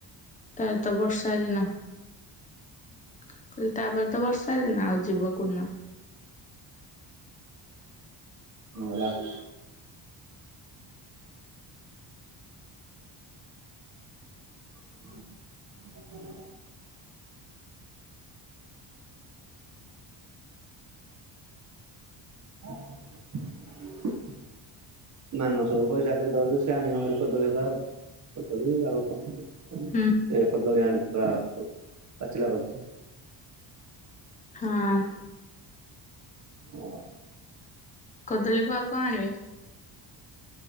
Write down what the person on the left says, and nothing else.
ତା'ର ତ ବର୍ଷା ଦିନ କହିଲି ତାପରେ ତ ବର୍ଷା ଦିନ ଆଉ ଯିବ କୋଉ' ନ?
ହୁଁ
ହାଁ।
କଦଳୀକୁ ଆଉ କଣ ଆଣିବେ?